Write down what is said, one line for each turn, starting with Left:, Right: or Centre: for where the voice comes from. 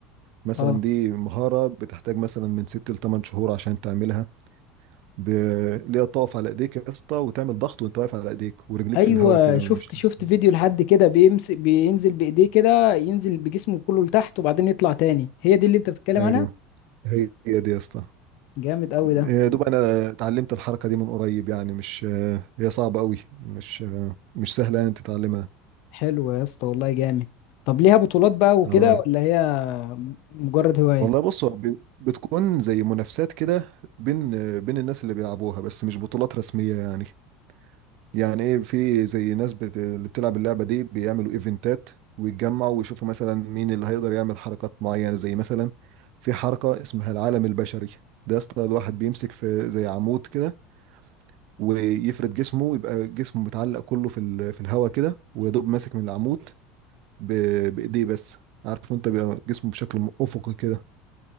Right: مثلا
Left: اه
Right: دي مهارة بتحتاج مثلا من ست لتمن شهور عشان تعملها ب... اللي هي تقف على ايديك يا اسطى وتعمل ضغط وانت واقف على ايديك ورجليك
Left: ايوه
Right: في الهواء كده
Left: شفت
Right: مش لابس
Left: شفت فيديو لحد كده بيمسك بينزل بايديه كده ينزل بجسمه كله لتحت وبعدين يطلع تاني هي دي اللي انت بتتكلم
Right: ايوه
Left: عنها
Right: هي هي دي يا اسطى
Left: جامد قوي
Right: يا
Left: ده
Right: دوب انا اتعلمت الحركه دي من قريب يعني مش هي صعبه قوي مش مش سهله يعني تتعلمها
Left: حلو يا اسطى والله جامد طب ليها بطولات بقى وكده
Right: اه
Left: ولا هي مجرد هواية
Right: والله بص هو بي- بتكون زي منافسات كده بين بين الناس اللي بيلعبوها بس مش بطولات رسميه يعني يعني ايه في زي ناس بت... اللي بتلعب اللعبه دي بيعملوا ايفنتات ويتجمعوا ويشوفوا مثلا مين اللي هيقدر يعمل حركات معينه زي مثلا في حركه اسمها العالم البشري ده يا اسطى الواحد بيمسك في زي عمود كده ويفرد جسمه يبقى جسمه متعلق كله في ال... في الهواء كده ويدوب ماسك من العمود ب... بايديه بس عارف انت بيبقى جسمه بشكل افقي كده